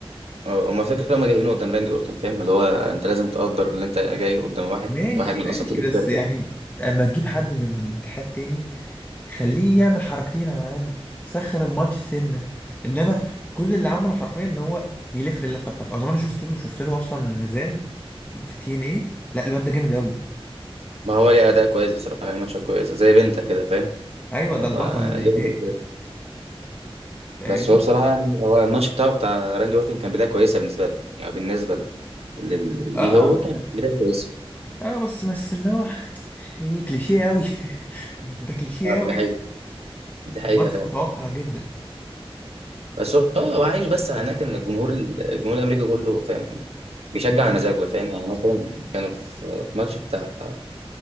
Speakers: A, on the right (about 80°); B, on the left (about 15°).
A: آه، هم فكره هم جايبينه قدام راندي اورتن فاهم اللي هو انت لازم تقدر اللي انت جاي قدام واحد
B: ماشي
A: واحد من
B: ماشي
A: اساطير الشركه
B: بس يعني
A: يعني
B: اما تجيب حد من اتحاد تاني خليه يعمل حركتين على الاقل سخن الماتش سنه انما كل اللي عمله حرفيا ان هو يلف اللفه بتاعته اظن انا شفت له شفت له اصلا نزال في تي ان ايه لا الواد ده جامد قوي
A: ما هو ليه اداء كويس بصراحه يعني ماتشات كويسه زي بنتا كده فاهم
B: ايوه
A: يعني
B: ده
A: هو
B: البطل اللي
A: ليه
B: هناك
A: اداء كويس
B: فاهمني
A: بس هو بصراحه يعني هو الماتش بتاعه بتاع راندي اورتن كان بدايه كويسه بالنسبه له يعني بالنسبه لل-
B: اه
A: ليه هو كان بدايه كويسه
B: اه بس بس اللي هو ايه كليشيه قوي <laughs> ده ده كليشيه
A: اه
B: قوي
A: دي حقيقه دي حقيقه
B: ماتش متوقع جدا
A: بس هو هو عايش بس على هناك ان الجمهور الجمهور الامريكي كله فاهم بيشجع
B: مم.
A: على مزاجه فاهم يعني مثلا كانوا في في ماتش بتاع